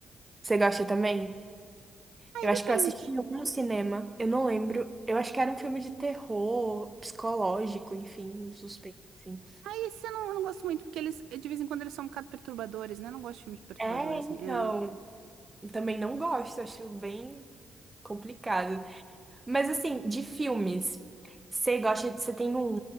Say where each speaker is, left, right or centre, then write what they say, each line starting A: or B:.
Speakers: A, on the right; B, on the right.
A: você gosta também?
B: Aí
A: Eu
B: depende.
A: acho que eu assisti em algum cinema, eu não lembro. Eu acho que era um filme de terror, psicológico, enfim, um suspense. assim.
B: Aí isso eu não, eu não gosto muito, porque eles, de vez em quando, eles são um bocado perturbadores, né? Eu não gosto de filmes perturbadores,
A: É, então,
B: assim. É.
A: eu também não gosto, acho bem complicado. Mas assim, de filmes, você gosta, de- você tem um,